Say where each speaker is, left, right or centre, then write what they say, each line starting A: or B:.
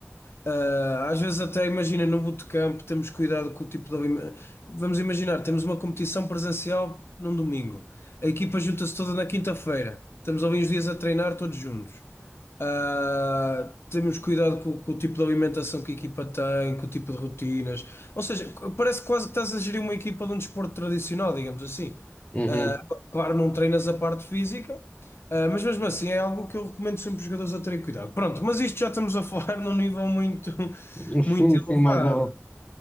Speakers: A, on the left; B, on the left.
A: ah, às vezes, até imagina no bootcamp, temos cuidado com o tipo de. alime- Vamos imaginar, temos uma competição presencial num domingo, a equipa junta-se toda na quinta-feira, estamos ali uns dias a treinar todos juntos. Ah, temos cuidado com, com o tipo de alimentação que a equipa tem, com o tipo de rotinas. Ou seja, c- parece quase que estás a gerir uma equipa de um desporto tradicional, digamos assim.
B: Uhum.
A: Ah, claro, não treinas a parte física, ah, mas mesmo assim é algo que eu recomendo sempre os jogadores a terem cuidado. Pronto, mas isto já estamos a falar <laughs> num nível muito,
B: Sim,
A: muito
B: sim,
A: elevado.
B: mais ou